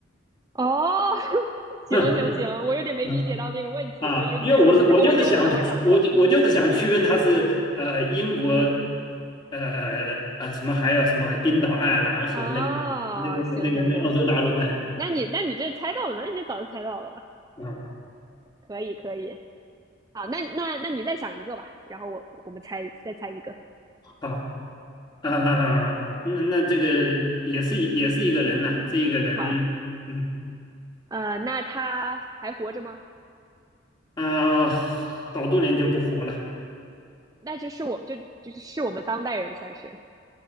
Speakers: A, on the right; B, on the left.
A: 哦，<laughs>
B: <laughs>
A: 行行行，我有点没理解到这个问题，
B: 嗯啊，
A: 我以为你就说是不是欧洲的，
B: 因为我是我就是想，
A: 我想说，
B: 我就我就是想区分它是呃英国，
A: 嗯，
B: 呃啊什么还有什么冰岛、爱尔兰和那个那个那个那个那个欧洲大陆，
A: 啊，行行行，
B: 哎，
A: 那你那你这猜到了，那你这早就猜到了了，
B: 嗯，
A: 可以可以，好，那那那你再想一个吧，然后我我们猜再猜一个。
B: 啊好。<laughs> 啊，那那这个也是也是一个人呐、这一个人，
A: 好，
B: 嗯
A: 呃，那他还活着吗？
B: 啊，好多年就不活了。
A: 那就是我就就是我们当代人算是